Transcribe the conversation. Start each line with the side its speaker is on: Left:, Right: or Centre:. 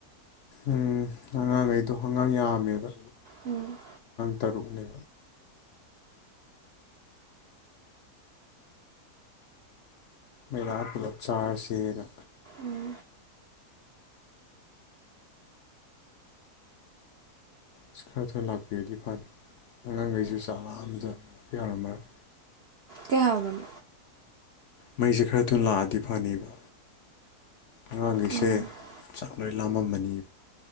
Left: ꯎꯝ ꯑꯉꯥꯡꯈꯩꯗꯣ ꯑꯉꯥꯡ ꯌꯥꯝꯃꯦꯕ
Right: ꯎꯝ
Left: ꯇꯔꯨꯛꯅꯦ ꯃꯩꯂꯥꯛꯑꯥ ꯄꯨꯂꯞ ꯆꯥꯔꯁꯦꯅ
Right: ꯎꯝ
Left: ꯑꯁ ꯈꯔ ꯊꯨꯅ ꯂꯥꯛꯄꯤꯔꯗꯤ ꯐꯅꯤ ꯑꯉꯥꯡꯈꯩꯁꯨ ꯆꯥꯛ ꯂꯥꯝꯕꯗ ꯌꯥꯔꯝꯃꯔꯣꯏ
Right: ꯀꯩꯍꯥꯏꯕꯅꯣ
Left: ꯃꯩꯁꯦ ꯈꯔ ꯊꯨꯅ ꯂꯥꯛꯑꯗꯤ ꯐꯅꯤꯕ ꯑꯉꯥꯡꯈꯩꯁꯦ
Right: ꯎꯝ
Left: ꯆꯥꯛꯂꯣꯏ ꯂꯥꯝꯃꯝꯃꯥꯅꯤ